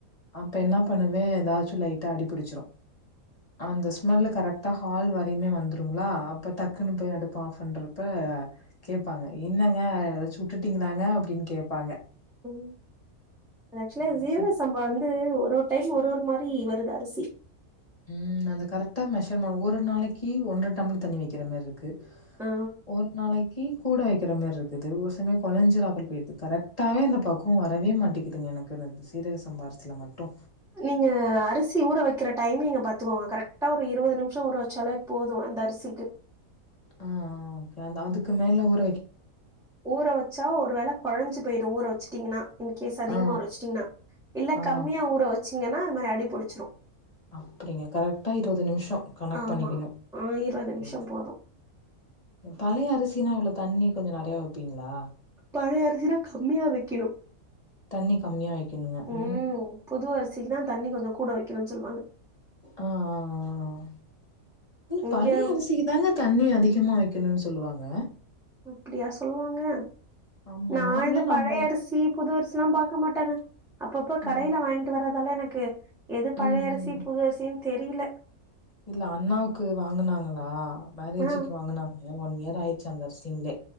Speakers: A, on the left (about 25°); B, in the centre.
A: அப்ப என்ன பண்ணுவே ஏதாச்சு லைட்டா அடிபிடிச்சிடு அந்த ஸ்மெல்ல கரெட்டா ஹால் வ இப்ப இன்மே வந்துருங்களா அப்ப டக்குன்னு போய் அடுப்ப ஆஃப் பண்றப்ப கேட்பாங்க என்னங்க ஏத சுட்டுட்டீங்களாங்க அப்பிடின்னு கேப்பாங்க
B: ம் ஆக்சுவலா
A: மெஷர்
B: ஜீரக சம்பா வந்து ஒரு ஒரு டைம் ஒரு ஒரு மா தி வருது அரிசி
A: ம் அது கரெக்டா மெஷர் ஒரு நாளைக்கு ஒன்றரை டம்ள தண்ணி வைக்கிற மாரிர்க்கு
B: ஆ
A: ஒரு நாளைக்கு கூட வைக் க்கிற மாரி இருக்குது ஒரு சமயம் கொலைஞ்சிர ஆப்பல் போயிது கரெக்டாவே அந்த பக்குவோ வரவேமாட்டேங்குதுங்க எனக்கு சீரக சம்பா அரிசில மட்டு
B: நீங்க அரிசி ஊற வைக்கிற டைமிங்க பாத்துக்கோங்க கரெக்டா ஒரு இருவது நிமிஷம் ஊற வச்சாலாப்போது அந்த அரிசிக்கு
A: ஆ ஓகே அதுக்கு மேல ஒரு
B: ஊற வச்சா ஒரு வேள குழஞ்சி பேயிடு ஊற வச்சிட்டீங்கன்னா இன் கேஸ் அதிகமா
A: ஆ,
B: ஊற வச்சிட்டீங்கன்னா இல்ல
A: ஆ.
B: கம்மியா ஊற வச் ச்சிங்கன்னா அது மாரி அடிபுடிச்சிடு
A: அப்பிடிங்க கரெக்டா இருவது நிமிஷம் கணக்
B: ஆமா.
A: பண்ணிக்கணு
B: ஆ
A: சேரி
B: நிமிஷம் போதும்.
A: பழைய அரிசினா அவ்ள தண்ணி கொஞ்சோ நெறையா வைப்பீங்களா
B: பழைய அரிசிலா கம்மியா வைக்கணு
A: தண்ணி கம்மியா வைக்கணுங்க
B: ம்
A: அ.
B: புது அரிசிக்குதா தண்ணி கொஞ்சோ கூட வைக் கிணம் சொல்லுவாங்க
A: ஆ ஆ ஆ ஆ இ
B: இங்க
A: பழைய அரிசிக்கு தாங்க தண்ணி அதிகமா வைக் என்னன்னு சொல்லுவாங்க
B: அப்பிடியா சொல்லுவாங்க
A: ஆமா
B: நா
A: நார்மலா
B: இந்த பழைய
A: நம்ப
B: அரிசி புது அரிசில்லா பாக்க மாட்டாங்க அப்பப்ப கடையில
A: ஆ
B: வாங்கிட்டு வரா த்தால எனக்கு எது பழைய
A: ம் ம்
B: அரிசி புது அரிசின் தெரில
A: இல்ல அண்ணாவுக்கு வாங்குனாங்களா மேரேஜக்கு
B: ஆ
A: வாங்குனாங்க ஒன் இயர் ராய்ச்சி அரிசிங்கலே